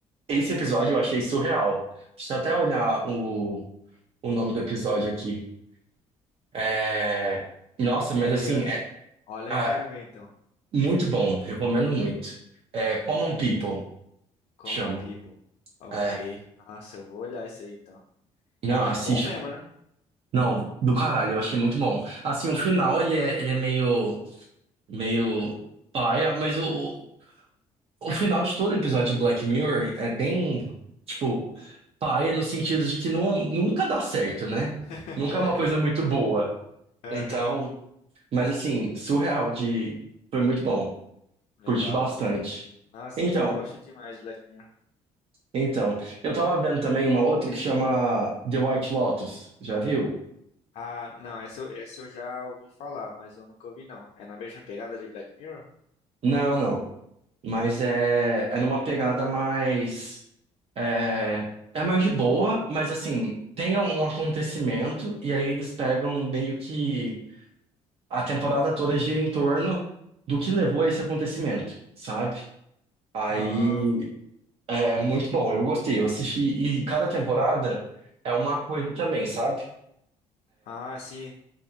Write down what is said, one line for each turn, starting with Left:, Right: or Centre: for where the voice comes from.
Right: esse episódio eu achei surreal. Deixa eu até olhar o, o nome do episódio aqui. É, Nossa, mas
Left: Olha
Right: assim,
Left: aí, olha,
Right: é
Left: olha
Right: ah,
Left: que eu quero ver então.
Right: muito bom, recomendo muito. É Common People,
Left: Como
Right: chama.
Left: um people. Ok.
Right: É.
Left: Nossa, eu vou olhar isso aí então.
Right: Não,
Left: É, mas
Right: assiste.
Left: é bom mesmo, né?
Right: Não, do caralho, eu achei muito bom. Assim, o final ele é, ele é meio, meio paia, mas o, o final de todo episódio de Black Mirror é bem, tipo, paia no sentido de que não, nunca dá certo, né?
Left: <laughs>
Right: Nunca é uma coisa muito boa.
Left: Aham.
Right: Então, mas assim, surreal de. Foi muito bom.
Left: Legal,
Right: Curti bastante.
Left: pô. Nossa,
Right: Então,
Left: eu gosto demais de Black Mirror.
Right: então, eu tava vendo também uma outra que chama The White Lotus, já viu?
Left: Ah, não, essa eu, essa eu já ouvi falar, mas eu nunca ouvi não. É na mesma pegada de Black Mirror?
Right: Não, não, mas é, é numa pegada mais, é, é mais de boa, mas assim, tem um acontecimento e aí eles pegam meio que a temporada toda gira em torno do que levou a esse acontecimento, sabe? Aí
Left: Ah,
Right: é muito bom, eu gostei, eu assisti e cada temporada é uma coisa também, sabe?
Left: ah, sim,